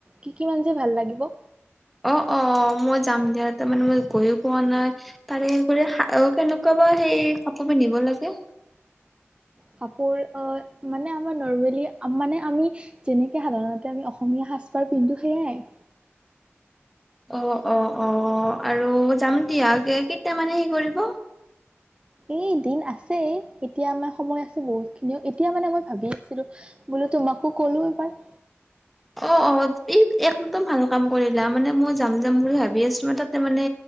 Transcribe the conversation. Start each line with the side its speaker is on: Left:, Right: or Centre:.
Right: কি কিমান যে ভাল লাগিব।
Centre: অ' অ'! মই যাম দিয়া। তাৰমানে, মই গইয়ো পোৱা নাই। তাৰে, কেনেকুৱা বা সেই কাপোৰ পিন্ধিব লাগে।
Right: কাপোৰ আঁ মানে, আমাৰ নৰ্মেলি মানে, আমি যেনেকে সাধাৰণতে আমি অসমীয়া সাজপাৰ পিন্ধো সেয়াই।
Centre: অ অ অ আৰু যাম দিয়া কে কেইটামানে হেৰি কৰিব।
Right: এই দিন আছে এতিয়া আমাৰ সময় আছে বহুত খিনিও এতিয়া মানে মই ভাবি আছিলো বোলো তোমাকো কলো এবাৰ।
Centre: অ অ এই একদম ভাল। কাম কৰিলা মানে মই যাম যাম বুলি ভাবি আছো মই তাতে মানে